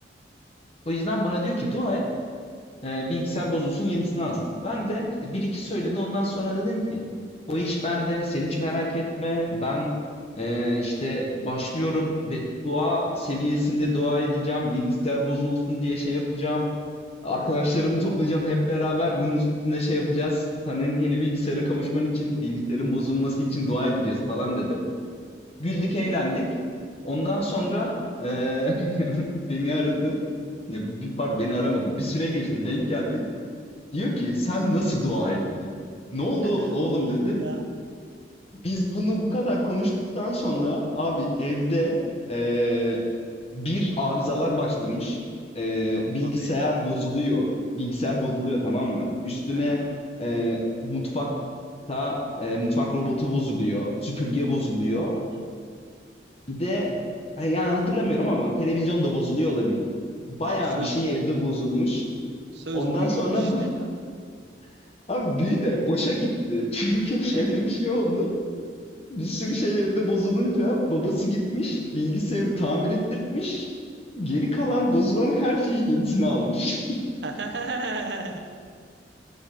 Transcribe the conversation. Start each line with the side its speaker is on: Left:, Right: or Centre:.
Right: hı hı.
Left: O yüzden bana diyor ki dua et e, bilgisayar bozulsun yenisini alsın. Ben de işte bir iki söyledi ondan sonra dedim ki o iş bende sen hiç merak etme ben e, işte başlıyorum beddua seviyesinde dua edeceğim bilgisayar bozulsun diye şey yapacağım. Arkadaşlarımı toplayacağım hep beraber bunun üstüne şey yapacağız. Senin yeni bilgisayara kavuşman için bilgisayarın bozulması için dua edeceğiz falan dedim. Güldük, eğlendik.
Right: Evet.
Left: Ondan sonra, eee, <laughs> beni aradı. Ya, bir pardon beni aramadı. Bir süre geçti, denk geldi. Diyor ki, "Sen nasıl dua ettin? Ne oldu
Right: <laughs>
Left: oğlum?"
Right: Ne oldu
Left: dedim.
Right: ya?
Left: Biz bunu bu kadar konuştuktan sonra abi evde, eee, bir arızalar başlamış. Eee,
Right: Yapma
Left: bilgisayar
Right: be.
Left: bozuluyor. Bilgisayar bozuluyor, tamam mı? Üstüne,
Right: Hı hı.
Left: eee, mutfakta, eee, mutfak robotu bozuluyor, süpürge bozuluyor.
Right: Wow.
Left: Bir de ha, yani hatırlamıyorum ama televizyon da bozuluyor olabilir. Bayağı
Right: Abi söz
Left: bir şey evde bozulmuş.
Right: söz
Left: Ondan
Right: büyü
Left: sonra
Right: işte
Left: ba-
Right: ya.
Left: <laughs> abi büyü de boşa gitti. <laughs> Çünkü şöyle
Right: Evet.
Left: bir şey oldu. Bir sürü şey evde bozulunca babası gitmiş, bilgisayarı tamir ettirtmiş. Geri kalan bozulan her şeyin yenisini almış. <laughs>
Right: <laughs>